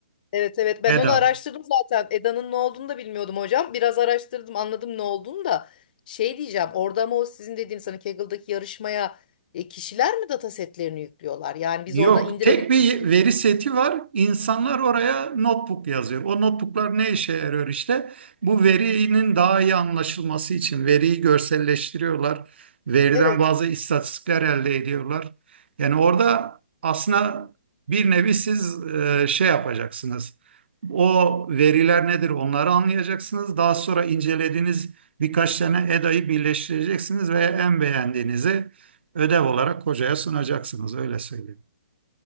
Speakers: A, on the left; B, on the right.
A: Evet evet ben
B: EDA.
A: onu araştırdım zaten. Eda'nın ne olduğunu da bilmiyordum hocam. Biraz araştırdım anladım ne olduğunu da. Şey diyeceğim orada ama o sizin dediğiniz hani Kaggle'daki yarışmaya e, kişiler mi data setlerini yüklüyorlar? Yani biz
B: Yok,
A: oradan indirebiliyor
B: tek bir
A: muyuz?
B: veri seti var. İnsanlar oraya notebook yazıyor. O notebooklar ne işe yarıyor işte? Bu verinin daha iyi anlaşılması için veriyi görselleştiriyorlar. Veriden
A: Evet.
B: bazı istatistikler elde ediyorlar. Yani orada aslında bir nevi siz e, şey yapacaksınız. O veriler nedir onları anlayacaksınız. Daha sonra incelediğiniz birkaç tane EDA'yı birleştireceksiniz ve en beğendiğinizi ödev olarak hocaya sunacaksınız. Öyle söyleyeyim.